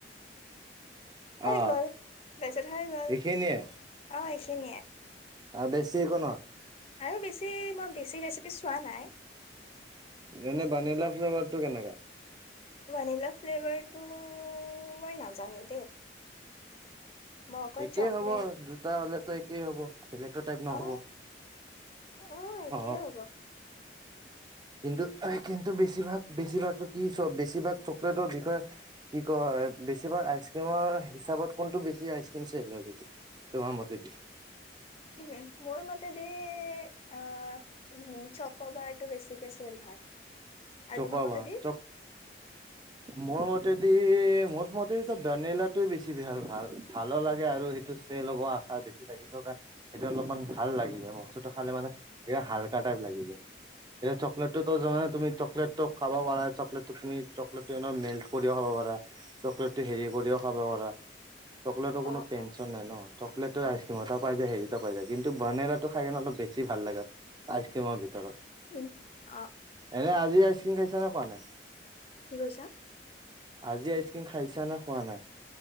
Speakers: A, on the left; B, on the right.
A: হৈ
B: অ
A: গ'ল তাৰিছত হৈ গ'ল
B: এইখিনিয়ে
A: অই। খিনিয়ে।
B: আৰু বেছি একো নহয় ।
A: আৰু বেছি মই বেছি ৰেচিপি চোৱা নাই।
B: এনে বানিলা ফ্লেভাৰটো কেনেকা।
A: বাৰনিলা ফ্লেভৰ্ড টো মই নাজানো দেই। মই অকল
B: একেই
A: চকলেট
B: হ'ব দুটা হ'লে। দুটা একেই হ'ব। বেলেগতো টাইপ নহ'ব
A: অ অহ একেই
B: অ
A: হ'ব।
B: কিন্তু কিন্তু বেছিভাগ বেছিভাগ কি বেছিভাগ চকলেটৰ বিষয়ে কি কয় ।বেছিভাগ আইচ ক্ৰীমৰ হিচাপত কোনটো বেছি আইচক্ৰীম চেল হয় তোমাৰ মতেদি।
A: উ মোৰ মতে দি। উ চক্ৰবাৰটো বেছিকে চেলে হয়। আৰু
B: চকৌবাৰ
A: তোমাৰ মতেদি
B: মোৰ মতে।। মোৰ মটে দি মোৰ মটে দি ভেনিলাটোয়ে বেছি ভাল ভাল ভালো লাগে ।আৰু সেইটো চেল হ'ব আশা বেছি থাকে ।কাৰ সেইটো অলপমান ভাল লাগি যাব। বস্তুটো খালে মানে হালকা টাইপ লাগি যায় এতিয়া চকলেটটো যানা তুমি। লেটক- খাব পাৰা চকলেট তুমি চকলেটটো এন মেন- কৰিও খাব পাৰা চকলেটটো হেৰি কৰিও খাব পাৰা। চকলেটৰ
A: অ
B: কোনো টেনচন
A: অ
B: নাই ন চকলেট আইচ। সীমতও পাই যে হেৰিটা পাই যায় ।কিন্তু বানেলাটো খাই কিনে অল বেছি ভাল লাগে আইচক্ৰীমৰ ভিতৰত।
A: উম অ
B: এনে আ আইচক্ৰীিম খাইছ নে খোৱা নাই।
A: কি কৈছা?
B: আজি আইচক্ৰীিম খাইছা নে খোৱা নাই?